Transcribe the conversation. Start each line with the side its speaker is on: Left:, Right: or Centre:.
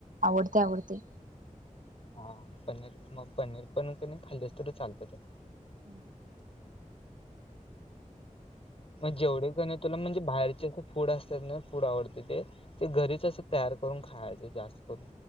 Right: आवडतंय आवडतंय.
Left: हा पनीर मग पनीर पण क नी खाल्ली तर चालतं त्याला.
Right: हा.
Left: जेवढे क नाय तुला म्हणजे बाहेरचे असं फूड असतात ना फूड आवडते ते ते घरीच असं तयार करून खायचं जास्त करून.